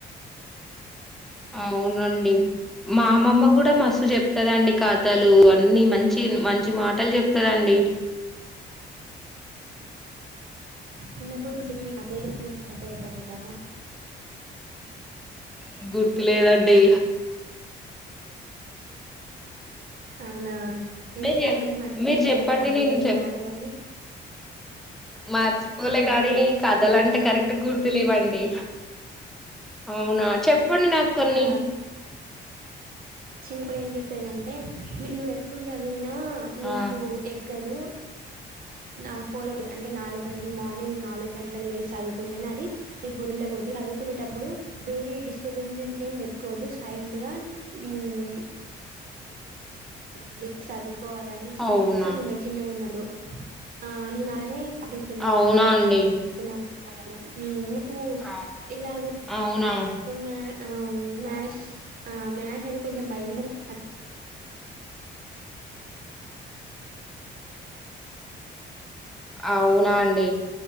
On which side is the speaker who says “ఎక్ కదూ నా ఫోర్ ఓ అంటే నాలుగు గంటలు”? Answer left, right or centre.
Right